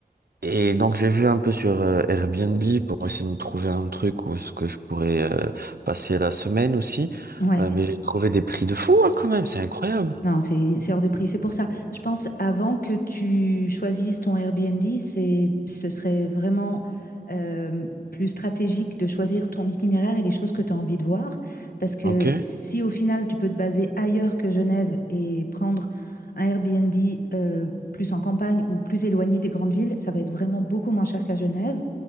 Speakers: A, on the right; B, on the left.
A: et donc j'ai vu un peu sur euh, Airbnb pour essayer de me trouver un truc où ce que je pourrais euh, passer la semaine aussi.
B: Ouais.
A: Euh, mais j'ai trouvé des prix de fou hein, quand même, c'est incroyable.
B: Non, c'est c'est hors de prix. C'est pour ça. Je pense avant que tu choisisses ton Airbnb, c'est ce serait vraiment euh, plus stratégique de choisir ton itinéraire et les choses que tu as envie de voir. Parce que
A: Ok. Ouais.
B: si au final tu peux te baser ailleurs que Genève et prendre un Airbnb euh, plus en campagne ou plus éloigné des grandes villes, ça va être vraiment beaucoup moins cher qu'à Genève.